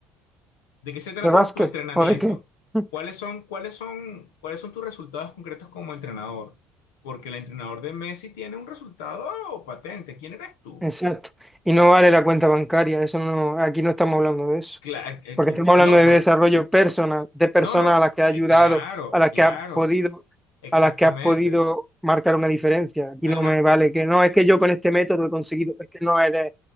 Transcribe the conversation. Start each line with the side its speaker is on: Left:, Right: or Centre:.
Left: ¿De qué se trata
Centre: de básquet
Left: tu entrenamiento?
Centre: o de qué. <laughs>
Left: ¿Cuáles son, cuáles son, cuáles son tus resultados concretos como entrenador? Porque el entrenador de Messi tiene un resultado patente. ¿Quién eres tú?
Centre: Exacto. Y no vale la cuenta bancaria, eso no, aquí no estamos hablando de eso,
Left: Cla- eh, eh,
Centre: porque
Left: eh,
Centre: estamos
Left: sí,
Centre: hablando
Left: no,
Centre: de
Left: pero-
Centre: desarrollo personal, de personas
Left: no, no,
Centre: a las que ha
Left: eh,
Centre: ayudado,
Left: claro,
Centre: a las
Left: claro,
Centre: que ha podido,
Left: exactamente.
Centre: a las que has podido marcar una diferencia. Aquí
Left: Además,
Centre: no me
Left: cu-
Centre: vale que no, es que yo con este método he conseguido, es que no eres,